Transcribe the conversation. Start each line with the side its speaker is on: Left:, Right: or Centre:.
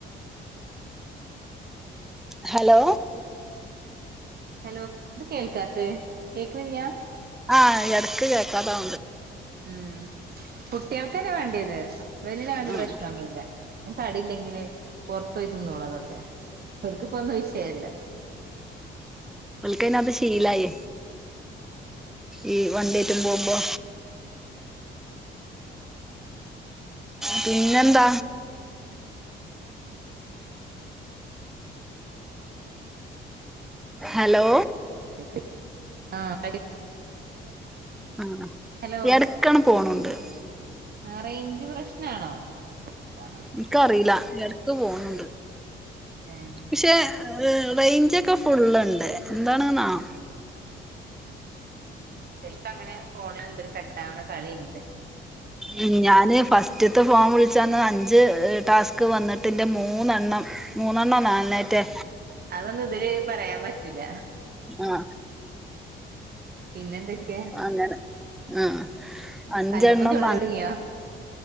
Centre: hello
Right: hello ഇത് കേൾക്കാത്ത കേക്കണില്ല്യ
Centre: ആ ഇടക്ക് കേക്കാതാ
Right: ആ കുട്ടികൾക്കല്ല വേണ്ടിയത് ഇല്ല അതന്നും
Centre: ഉം
Right: പ്രശ്നമൊന്നുമല്ല കടയില്ലെങ്കില് പൊറുത്ത് പോയി തിന്നോളൂ അതൊക്കെ അവർക്ക് അത് ഒന്നും വിഷയല്ല
Centre: പിന്നെ അത് ശീലയി ഈ വണ്ടിറ്റും പോകുമ്പോ പിന്നെന്താ ഹലോ
Right: <unintelligible>
Centre: ആ
Right: ഹലോ
Centre: എടക്കണം പോണണ്ട് <inaudible>
Right: ആ റേഞ്ച് പ്രശ്നാണോ അതാണോ
Centre: എനിക്കറിയില്ല ഇടക്ക് പോന്നുണ്ട്
Right: ഏഹ്
Centre: പക്ഷെ അ് റേഞ്ച് ഒക്കെ ഫുള്ളുണ്ട് എന്താണ് നാം
Right: <unintelligible> ചിലപ്പം അങ്ങനെ ഫോണിൽ ഒരു കട്ടാവണ കളിണ്
Centre: ഉം ഞാൻ ഫസ്റ്റത്തെ ഫോം വിളിച്ചന്ന് അഞ്ച് ടാസ്ക് വന്നിട്ടിൻ്റെ മൂന്നെണ്ണം മൂന്നെണ്ണ നാലത്തെ
Right: അതൊന്ന് ഇതില് പറയാൻ പറ്റ ത്തില
Centre: ആഹ്
Right: പിന്നെ എന്തൊക്ക
Centre: അങ്ങനെ ആഹ് അഞ്ചെണ്ണം
Right: കലത്തപ്പം ചൂടലൊടുങ്ങിയാ